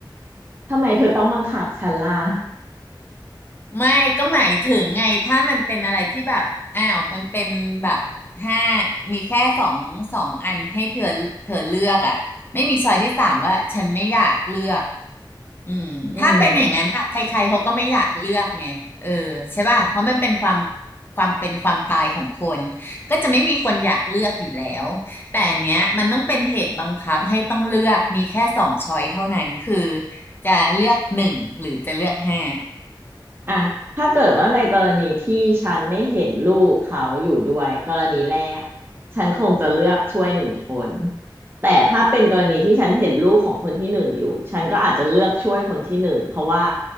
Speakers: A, on the right; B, on the left.
A: ทำไมเธอต้องบังคับฉันล่ะ
B: ไม่ก็หมายถึงไงถ้ามันเป็นอะไรที่แบบอ้าวมันเป็นแบบห้ามีแค่สองสองอันให้เธอเธอเลือกอ่ะไม่มีช้อยที่สามว่าฉันไม่อยากเลือกอืมถ้าเป็นอย่างนั้นอะใครๆเขาก็ไม่อยากเลือกไงเออใช่ป่ะเพราะมันเป็นความ
A: <laughs> อืม
B: ความเป็นความตายของคนก็จะไม่มีคนอยากเลือกอยู่แล้วแต่อันเนี้ยมันต้องเป็นเหตุบังคับให้ต้องเลือกมีแค่สองช้อยเท่านั้นคือจะเลือกหนึ่งหรือจะเลือกห้า
A: อ่ะถ้าเกิดว่าในกรณีที่ฉันไม่เห็นลูกเขาอยู่ด้วยกรณีแรกฉันคงจะเลือกช่วยหนึ่งคนแต่ถ้าเป็นกรณีที่ฉันเห็นลูกของคนที่หนึ่งอยู่ ฉันก็อาจจะเลือกช่วยคนที่หนึ่ง เพราะว่า